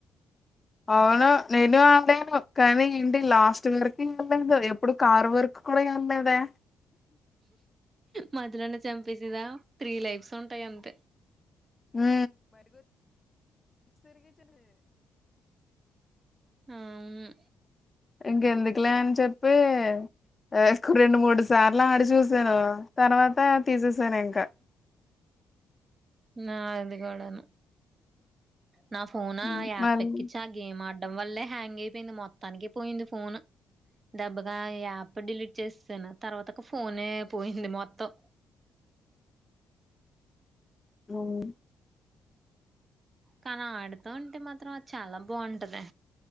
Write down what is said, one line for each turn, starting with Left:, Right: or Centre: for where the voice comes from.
Left: అవును నేనూ ఆడాను కనీ ఇంటికి లాస్ట్ వరకీ ఎళ్లేదూ ఎప్పుడు కార్ వరకు కూడ యె ల్లేదే
Right: మధ్యలోనె చంపేసేదా త్రీ లైఫ్స్ ఉంటాయంతే.
Left: ఉ <inaudible>
Right: ఆవును.
Left: ఇంకెందుకులే అని చెప్పీ ఆ ఒక రెండు మూడు సార్లాడిచూస్ సానూ తర్వాతా తీసేసానింక.
Right: నాది కూడా ను నా ఫోన్ ఆ
Left: ఉమ్,
Right: యాప్
Left: మళ్ళీ
Right: ఎక్కించి ఆ గేమ్ ఆడడం వల్లే హ్యాంగ్ అయిపోయింది మొత్తానికి పోయింది ఫోన్ దెబ్బ కా యాప్ డిలీట్ చేసేసినాను తర్వాత కు ఫోనే పోయింది మొత్తం
Left: మ్మ్
Right: కానీ ఆడుతుంటే మాత్రం అది చాలా బంటది